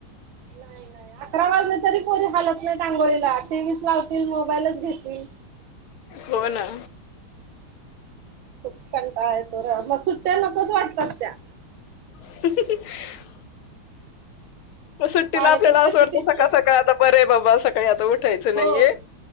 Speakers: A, on the right (about 70°); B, on the left (about 75°).
A: नाही नाही, अकरा वाजले तरी पोरी हालत नाही अंगोळीला टीव्हीचं लावतील मोबाईलचं घेतील.
B: हो ना.
A: खूप कंटाळा येतो ना मग सुट्ट्या नकोचं वाटतात त्या.
B: <unintelligible> सुट्टीला
A: शाळेतच
B: आपल्याला
A: कशा
B: असं वाटतं
A: टीचर
B: सकाळ सकाळी आता बरे बाबा सकाळी आता उठायचं
A: हो
B: नाहीये.